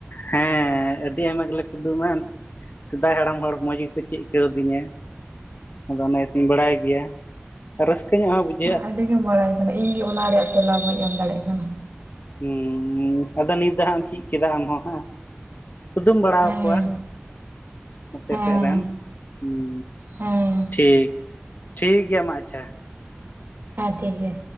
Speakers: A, on the left (about 50°); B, on the right (about 65°).
A: ᱦᱮᱸ ᱟᱹᱰᱤ ᱟᱭᱢᱟ ᱜᱮᱞᱮ ᱠᱩᱫᱩᱢᱟ ᱥᱮᱫᱟᱭ ᱦᱟᱲᱟᱢ ᱦᱚᱲ ᱢᱚᱡᱽ ᱜᱮᱠᱚ ᱪᱤᱫ ᱠᱟᱹᱣᱫᱤᱧᱟ᱾ ᱟᱫᱚ ᱚᱱᱟ ᱤᱭᱟᱹ ᱛᱤᱧ ᱵᱟᱲᱟᱭ ᱜᱮᱭᱟ ᱟᱨ ᱨᱟᱹᱥᱠᱟᱹ ᱧᱚᱜ ᱦᱚᱸ ᱵᱩᱡᱷᱟ
B: ᱟᱹᱰᱤ ᱜᱮᱢ ᱵᱟᱲᱟᱭ ᱠᱟᱱᱟ ᱤᱧᱜᱮ ᱚᱱᱟ ᱨᱮᱭᱟᱜ ᱛᱮᱞᱟ ᱵᱟᱹᱧ ᱮᱢ ᱫᱟᱲᱮᱜ ᱠᱟᱱᱟ᱾
A: <unintelligible> ᱟᱫᱚ ᱱᱤᱛ ᱫᱚ ᱦᱟᱸᱜ ᱮᱢ ᱪᱤᱫ ᱠᱮᱫᱟ ᱟᱢ ᱦᱚᱸ ᱦᱮᱸ ᱠᱩᱫᱩᱢ ᱵᱟᱲᱟ
B: ᱦᱮᱸ
A: ᱟᱠᱚᱣᱟ ᱟᱯᱮ
B: ᱦᱮᱸ
A: ᱥᱮᱫ ᱨᱮᱱ ᱦᱩᱸ
B: ᱦᱮᱸ
A: ᱴᱷᱤᱠ ᱴᱷᱤᱠ ᱜᱮᱭᱟ ᱢᱟ ᱟᱪᱪᱷᱟ
B: ᱦᱮᱸ ᱴᱷᱤᱠ ᱜᱮᱭᱟ᱾